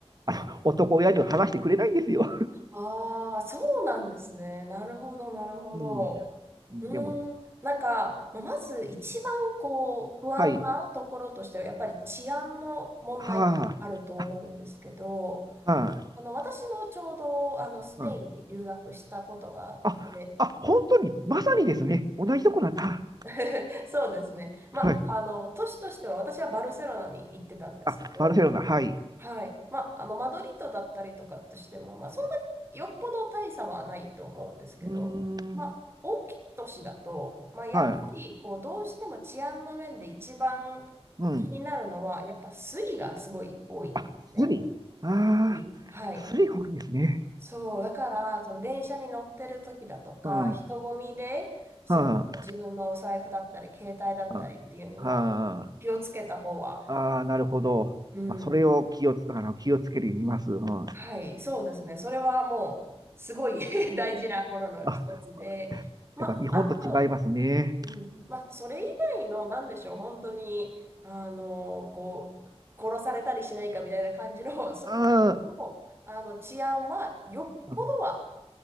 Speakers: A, on the right; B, on the right.
A: あの、男親父は話してくれないんですよ。
B: ああ、そうなんですね。なるほど、なるほど。
A: うん。
B: うーん。
A: でも、
B: なんか、まあまず一番こう、不安なところとしては、
A: はい。
B: やっぱり治安の問題があると思うんですけど、
A: はあ。あ、はい。
B: あの、私もちょうど、あの、スペインに留学したことがあって、
A: うん。あ、あ、本当に、まさにですね。同じとこなんだ。
B: そうです <laughs> そうですね。まあ、
A: はい。
B: あの、都市としては私はバルセロナに行ってたんですけど、
A: あ、バルセロナ、はい。
B: はい。まあ、あの、マドリードだったりとかとしても、まあ、そんなによっぽど大差はないと思うんですけど、
A: うーん。
B: まあ、大きい都市だと、まあ、やっぱり、
A: は
B: こう、どうしても治安の面で一番
A: い。うん。
B: 気になるのは、やっぱスリがすごい多いんですね。
A: あ、スリ。ああ、
B: スリ。はい。
A: スリが多いんですね。
B: そう、だから、その電車に乗ってる時だとか、
A: うん。
B: 人混みで、
A: は
B: その自分のお財布だったり、
A: あ。は
B: 携帯だったりっていうには、
A: あ。はあ
B: 気をつけた方は、
A: ああ、なるほど。
B: うん。
A: まあ、それを気をつ、あの、気をつけるように言います。うん。あ、
B: はい、そうですね。それはもう、すごい <laughs> 大事なものの一つで、
A: あ、
B: まあ、
A: やっぱ日本と違いますね。
B: あと、うん、まあ、それ以外の、なんでしょう、本当に、あの、こう、殺されたりしないかみたいな感じの、そこも、
A: あ
B: あの、治安は、よっぽどは、
A: あ、